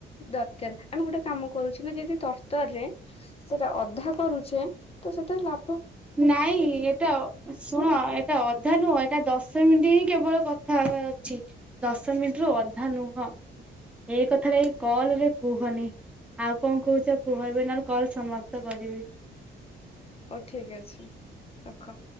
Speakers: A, on the left (about 30°); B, in the centre.
A: ଦରକାର ଆମେ ଗୋଟେ କାମ କରୁଛେ ନା ଯଦି ତରତରରେ ସେଟା ଅଧା କରୁଛେ ତ ସେଟା ଲା
B: ନାଇଁ ଏଟା ଶୁଣ ଏ ଏଟା ଅଧା ନୁହଁ ଏଇଟା ଦଶ ମିନିଟ୍ ହିଁ କେବଳ କଥା ହବାର ଅଛି। ଦଶ ମିନିଟ୍ ରୁ ଅଧା ନୁହଁ ଏଇ କଥାଟା ଏଇ କଲ୍ ରେ କୁହନି। ଆଉ କଣ କହୁଛ କୁହ ଏବେ ନହେଲେ କଲ୍ ସମାପ୍ତ କରିବି।
A: ହଉ ଠିକ୍ ଅଛି।
B: ହଉ।
A: ରଖ।